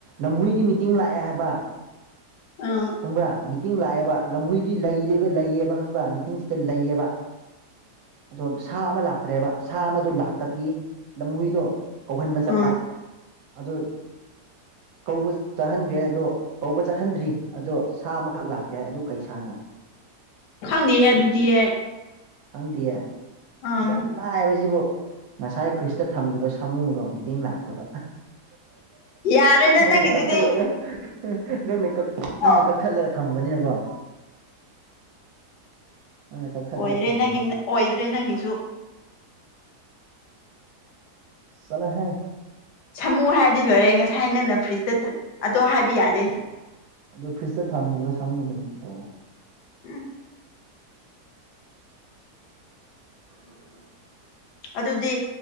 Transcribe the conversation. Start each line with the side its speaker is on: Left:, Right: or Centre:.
Right: ꯂꯝꯍꯨꯏꯗꯤ ꯃꯤꯇꯤꯡ ꯂꯥꯛꯑꯦ ꯍꯥꯏꯕ
Left: ꯑ
Right: ꯈꯪꯕ꯭ꯔꯥ ꯃꯤꯇꯤꯡ ꯂꯥꯛꯑꯦꯕ ꯂꯝꯍꯨꯗꯤ ꯂꯩꯔꯒ ꯂꯩꯌꯦꯕ ꯈꯪꯕ꯭ꯔꯥ ꯃꯤꯇꯤꯡ ꯗ ꯂꯩꯌꯦꯕ ꯑꯗꯣ ꯁꯥ ꯑꯃ ꯂꯥꯛ ꯇ꯭ꯔꯦꯕ ꯁꯥ ꯑꯃꯗꯨ ꯂꯥꯛꯇꯕꯒꯤ ꯂꯝꯍꯨꯏꯗꯣ ꯀꯧꯍꯟꯕ ꯆꯠꯄ
Left: ꯑꯥ
Right: ꯑꯗꯣ ꯀꯧꯕ ꯆꯠꯍꯟꯈ꯭ꯔꯦ ꯑꯗꯣ ꯀꯧꯕ ꯆꯠꯍꯟꯗ꯭ꯔꯤ ꯑꯗꯣ ꯁꯥ ꯑꯃꯈꯛ ꯂꯥꯛꯇꯦ ꯍꯥꯏ ꯑꯗꯨ ꯀꯩ ꯁꯥꯅꯣ
Left: ꯈꯪꯗꯦꯍꯦ ꯑꯗꯨꯗꯤ ꯑꯩ
Right: ꯈꯪꯗꯦꯌꯦ
Left: ꯑꯝ
Right: ꯌꯥꯝ ꯂꯥꯏꯕꯁꯤꯕꯨ ꯉꯁꯥꯏ ꯐ꯭ꯔꯤꯖꯇ ꯊꯝꯈꯤꯕ ꯁꯥꯃꯨꯗꯣ ꯃꯤꯇꯤꯡ ꯂꯥꯛꯇꯕ
Left: ꯌꯥꯔꯦꯗ
Right: ꯅꯪꯅ
Left: ꯅꯪꯒꯤꯗꯨꯗꯤ
Right: ꯀꯛꯊꯠꯂꯒ ꯅꯪꯅ ꯀꯛ ꯅꯪꯅ
Left: ꯑꯣ
Right: ꯀꯛꯊꯠꯂꯒ ꯊꯝꯕꯅꯤꯅꯀꯣ ꯅꯪꯅ ꯀꯛꯊꯠꯂꯒ
Left: ꯑꯣꯏꯗ꯭ꯔꯦ
Right: ꯊꯝꯕꯅꯤꯅ
Left: ꯅꯪꯒꯤ ꯑꯣꯏꯗ꯭ꯔꯦ ꯅꯪꯒꯤꯁꯨ
Right: ꯆꯠꯂꯣꯍꯦ
Left: ꯁꯥꯃꯨ ꯍꯥꯏꯔꯗꯤ ꯂꯣꯏꯔꯦ ꯉꯁꯥꯏ ꯅꯪꯅ ꯐ꯭ꯔꯤꯖꯇ ꯑꯗꯣ ꯍꯥꯏꯕ ꯌꯥꯗꯦ
Right: ꯑꯗꯨ ꯐ꯭ꯔꯤꯖꯇ ꯊꯝꯈꯤꯕ ꯁꯥꯃꯨꯨꯗꯨꯅꯦ ꯂꯣꯏꯔꯦ
Left: ꯎꯝ
Right: <inaudible>
Left: ꯑꯗꯨꯗꯤ